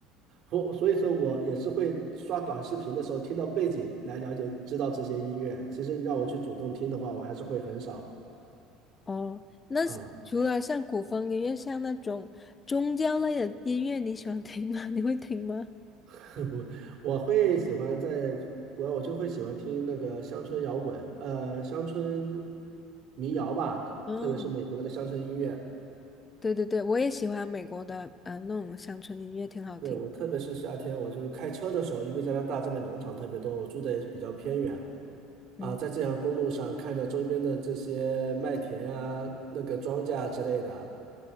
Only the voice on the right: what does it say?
我所以说我也是会刷短视频的时候听到背景来了解知道这些音乐，其实你让我去主动听的话，我还是会很少
啊。
<laughs> 不，我会喜欢在国外，我就会喜欢听那个乡村摇滚，呃，乡村民谣吧，
特别是美国的乡村音乐。
对，我特别是夏天，我就开车的时候，因为加拿大这边农场特别多，我住的也比较偏远
啊，在这条公路上看着周边的这些麦田啊、那个庄稼啊之类的，